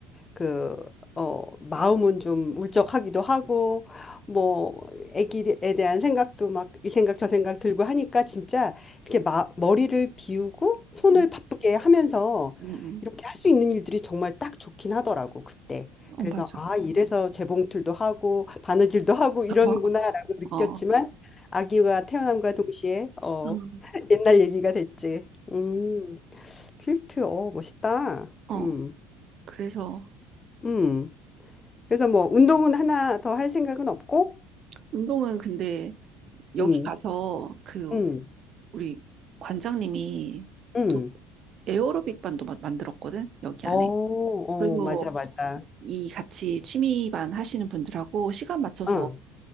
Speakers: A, on the left; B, on the right.
A: 그, 어, 마음은 좀 울적하기도 하고, 뭐, 애기에 대한 생각도 막 이 생각 저 생각 들고 하니까 진짜 이렇게 마, 머리를 비우고 손을
B: 응,
A: 바쁘게 하면서
B: 응, 응.
A: 이렇게 할 수 있는 일들이 정말 딱 좋긴 하더라고, 그때.
B: 어,
A: 그래서,
B: 맞아.
A: 아, 이래서 재봉틀도 하고, 바느질도 하고 이러는구나라고
B: <laughs>
A: 느꼈지만,
B: 어, 어,
A: 아기가 태어남과 동시에, 어,
B: 응.
A: <laughs> 옛날 얘기가 됐지. 음, 퀼트, 어, 멋있다.
B: 어. 어.
A: 음,
B: 그래서
A: 음. 그래서 뭐 운동은 하나 더 할 생각은 없고,
B: 운동은 근데 여기
A: 음,
B: 가서 그
A: 음,
B: 우리 관장님이
A: 음.
B: 또 에어로빅 반도 마- 만들었거든 여기
A: 어,
B: 안에
A: 어,
B: 그래서
A: 맞아, 맞아.
B: 이 같이 취미반 하시는 분들하고 시간 맞춰서
A: 응,